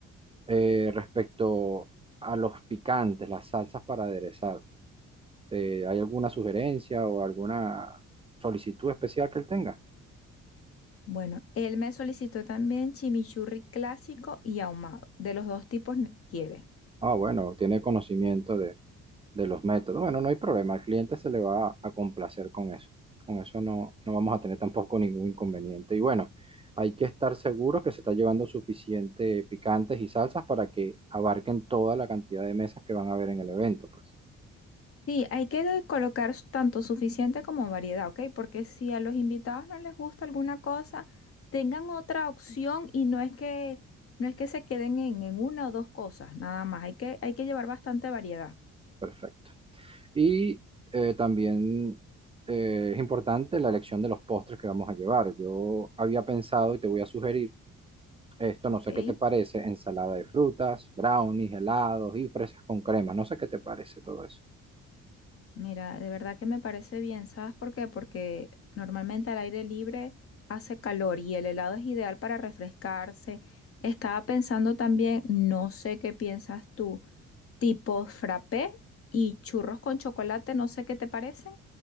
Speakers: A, on the right (about 20°); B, on the left (about 50°).
A: Eh, respecto a los picantes, las salsas para aderezar, eh, ¿hay alguna sugerencia o alguna solicitud especial que él tenga?
B: Bueno, él me solicitó también chimichurri clásico y ahumado. De los dos tipos ne- quiere.
A: Ah, bueno, tiene conocimiento de, de los métodos. Bueno, no hay problema, al cliente se le va a complacer con eso. Con eso no, no vamos a tener tampoco ningún inconveniente. Y bueno, hay que estar seguros que se está llevando suficiente picantes y salsas para que abarquen toda la cantidad de mesas que van a haber en el evento, pues.
B: Sí, hay que de- colocar s- tanto suficiente como variedad, ¿ok? Porque si a los invitados no les gusta alguna cosa, tengan otra opción y no es que, no es que se queden en, en una o dos cosas, nada más. Hay que, hay que llevar bastante variedad,
A: Perfecto. Y eh, también eh, es importante la elección de los postres que vamos a llevar. Yo había pensado y te voy a sugerir esto,
B: ¿ok?
A: no sé qué te parece, ensalada de frutas, brownies, helados y fresas con crema. No sé qué te parece todo eso.
B: Mira, de verdad que me parece bien, ¿sabes por qué? Porque normalmente al aire libre hace calor y el helado es ideal para refrescarse. Estaba pensando también, no sé qué piensas tú, tipo frappé y churros con chocolate, no sé qué te parecen.